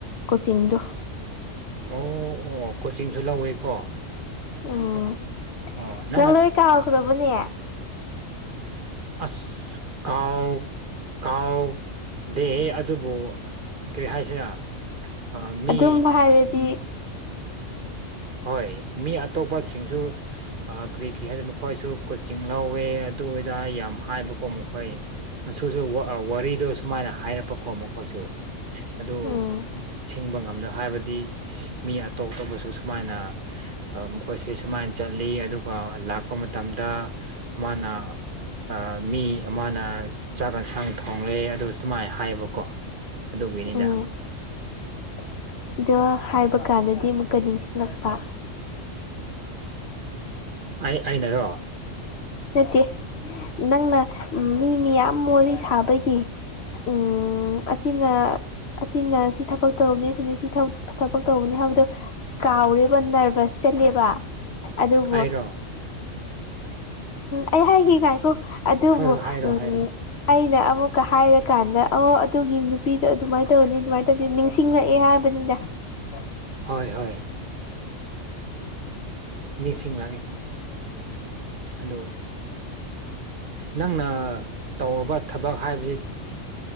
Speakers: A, on the left (about 60°); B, on the right (about 45°).
A: ꯀꯣꯆꯤꯡꯗꯣ
B: ꯑꯣ ꯑꯣ ꯀꯣꯆꯤꯡꯁꯨ ꯂꯧꯋꯦꯀꯣ
A: ꯎꯝ
B: ꯑꯣ ꯅꯪꯅ
A: ꯅꯪ ꯂꯣꯏ ꯀꯥꯎꯈ꯭ꯔꯕꯅꯦ
B: ꯑꯁ ꯀꯥꯎ ꯀꯥꯎꯗꯦ ꯑꯗꯨꯕꯨ ꯀꯔꯤ ꯍꯥꯏꯁꯤꯔꯥ ꯑꯥ ꯃꯤ
A: ꯑꯗꯨꯝ ꯍꯥꯏꯔꯗꯤ
B: ꯍꯣꯏ ꯃꯤ ꯑꯇꯣꯞꯄꯁꯤꯡꯁꯨ ꯀꯔꯤ ꯀꯔꯤ ꯍꯥꯏ ꯃꯈꯣꯏꯁꯨ ꯀꯣꯆꯤꯡ ꯂꯧꯋꯦ ꯑꯗꯨꯏꯗꯥ ꯌꯥꯝ ꯍꯥꯏꯕꯀꯣ ꯃꯈꯣꯏ ꯃꯨꯁꯨ ꯋꯥꯔꯤꯗꯣ ꯁꯨꯃꯥꯏꯅ ꯍꯥꯏꯔꯛꯄꯀꯣ ꯃꯈꯣꯏꯁꯨ ꯑꯗꯨ
A: ꯎꯝ
B: ꯁꯤꯡꯕ ꯉꯝꯗ ꯍꯥꯏꯕꯗꯤ ꯃꯤ ꯑꯇꯣꯞ ꯑꯇꯣꯞꯄꯁꯨ ꯁꯨꯃꯥꯏꯅ ꯃꯈꯣꯏꯁ ꯁꯨꯃꯥꯏꯅ ꯆꯠꯂꯤ ꯑꯗꯨꯒ ꯂꯥꯛꯄ ꯃꯇꯝꯗ ꯃꯥꯅ ꯑ ꯃꯤ ꯑꯃꯅ ꯆꯥꯛ ꯌꯦꯟꯁꯥꯡ ꯊꯣꯡꯂꯦ ꯑꯗꯨ ꯁꯨꯃꯥꯏꯅ ꯍꯥꯏꯌꯦꯕꯀꯣ ꯑꯗꯨꯒꯤꯅꯤꯗ
A: ꯎꯝ ꯑꯗꯨꯒ ꯍꯥꯏꯕ ꯀꯥꯟꯗꯗꯤ ꯑꯃꯨꯛꯀ ꯅꯤꯡꯁꯤꯡꯂꯛꯄ
B: ꯑꯩ ꯑꯩꯅꯔꯣ
A: ꯅꯠꯇꯦ ꯅꯪꯅ ꯃꯤ ꯃꯌꯥꯝ ꯃ ꯁꯥꯕꯒꯤ ꯎꯝ ꯑꯁꯤꯅ ꯑꯁꯤꯅ ꯁꯤ ꯊꯕꯛ ꯇꯧꯕꯅꯤ ꯑꯁꯤꯅꯤ ꯁꯤ ꯊꯕꯛ ꯇꯧꯕꯅꯤ ꯍꯥꯏꯕꯗꯣ ꯀꯥꯎꯔꯦꯕ ꯅꯔꯚꯁ ꯆꯠꯂꯦꯕ ꯑꯗꯨꯕꯨ
B: ꯑꯩꯔꯣ
A: ꯑꯩ ꯍꯥꯏꯈꯤ ꯉꯥꯏꯈꯣ ꯑꯗꯨꯕꯨ
B: ꯍꯣꯏ ꯍꯣꯏ ꯍꯥꯏꯔꯣ
A: ꯎ
B: ꯍꯥꯏꯔꯣ
A: ꯑꯩꯅ ꯑꯃꯨꯛꯀ ꯍꯥꯏꯔꯀꯥꯟꯗ ꯑꯣ ꯑꯗꯨꯒꯤ ꯅꯨꯄꯤꯗꯣ ꯑꯗꯨꯃꯥꯏꯅ ꯇꯧꯅꯤ ꯑꯗꯨꯃꯥꯏꯅ ꯇꯧꯅꯤ ꯅꯤꯡꯁꯤꯡꯂꯛꯑꯦ ꯍꯥꯏꯕꯅꯤꯗ ꯋꯥ
B: ꯍꯣꯏ ꯍꯣꯏ ꯅꯤꯡꯁꯤꯡꯂꯛꯏ ꯑꯗꯨ ꯅꯪꯅ ꯇꯧꯔꯕ ꯊꯕꯛ ꯍꯥꯏꯕꯁꯤ